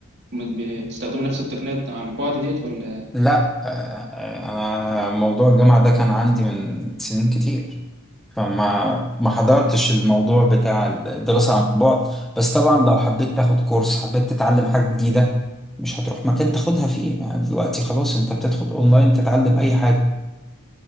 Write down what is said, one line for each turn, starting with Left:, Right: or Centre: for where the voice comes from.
Right: بتستخدموا نفس التقنيات على البعد ديت ولا
Centre: لا آه، آه، انا موضوع الجامعة ده كان عندي من سنين كتير فما ما حضرتش الموضوع بتاع الدراسة عن بعد بس طبعا لو حبيت تاخد كورس حبيت تتعلم حاجة جديدة مش هتروح مكان تاخدها فيه يعني دلوقتي خلاص انت بتدخل اونلاين تتعلم اي حاجة